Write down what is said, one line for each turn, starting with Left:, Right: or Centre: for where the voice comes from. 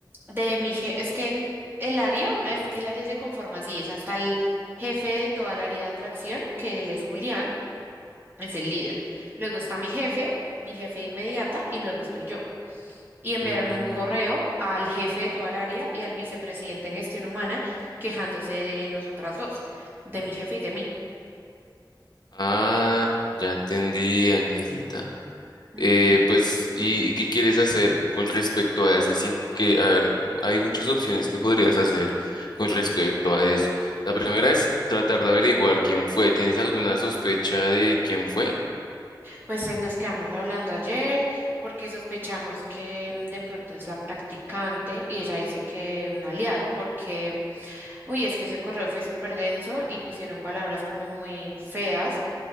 Right: De mi jefe, es que en- el área, es que el área se conforma así, es hasta el jefe de toda el área de atracción, que él es Julián, es el líder. Luego está mi jefe, mi jefe inmediata, y luego estoy yo. Y enviaron
Left: Mm,
Right: un correo al jefe de toda el área y al vicepresidente de gestión humana quejándose de nosotras dos, de mi jefe y de mí.
Left: ah, ya entendí, Angelita.
Right: Ujú.
Left: Eh, pues, ¿y, y qué quieres hacer con respecto a eso? Sien- que, a ver, hay muchas opciones que podrías hacer con respecto a eso. La primera es tratar de averiguar quién fue. ¿Tienes alguna sospecha de quién fue?
Right: Pues eh, nos quedamos hablando ayer porque sospechamos que mm, de pronto es la practicante y ella dice que un aliado porque Uy, es que ese correo fue súper denso y pusieron palabras como muy feas,